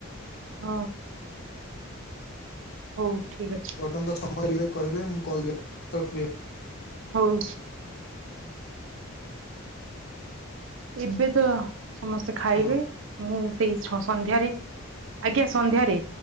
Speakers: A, on the right; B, on the left.
A: ହଁ। ହଉ। ଠିକ ଅଛି
B: ବର୍ତ୍ତମାନ ସମୟ ସମୟ ଇଏ କହିବେ, ମୁଁ କଲ୍ ବ୍ୟାକ <unintelligible>
A: ହଉ। ଏବେ ତ ସମସ୍ତେ ଖାଇବେ।
B: ହ୍ୟାଲୋ।
A: ମୁଁ ସେଇ ସ ସନ୍ଧ୍ୟାରେ ଆଜ୍ଞା ସନ୍ଧ୍ୟାରେ